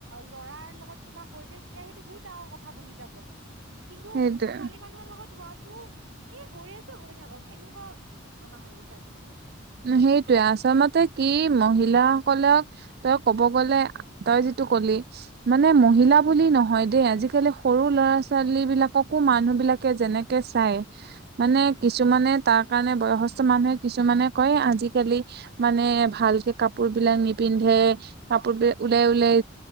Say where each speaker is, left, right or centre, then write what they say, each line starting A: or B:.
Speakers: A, on the right (about 70°); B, on the right (about 55°).
A: ল'ৰাৰ লগত কিবা হৈ যায় তেতিয়া সেইটো বহুত ডাঙৰ কথা শুনি যাব কিন্তু
B: সেইটোৱে।
A: ছোৱালী মানুহৰ লগত হোৱাতটো এ হৈ আছে হৈ থাকক এনেকুৱা ঘটনা হৈ গৈছে আজিকালি
B: সেইটয়ে আচলতে কি মহিলাসকলক তই ক'ব গ'লে তই য ক'লি মানে মহিলা
A: উম
B: বুলি
A: হম
B: নহয় দেই আজিকালি সৰু ল'ৰা ছোৱালী বিলাককো মানুহ বিলাকে যেনেকে চাই মানে কিছুমানে তাৰ তাৰ কাৰণে বয়সস্থ মানুহে কিছুমানে কয় আজিকালি মানে ভালকে কাপোৰ বিলাক নিপিন্ধে কাপোৰ বি ওলাই ওলাই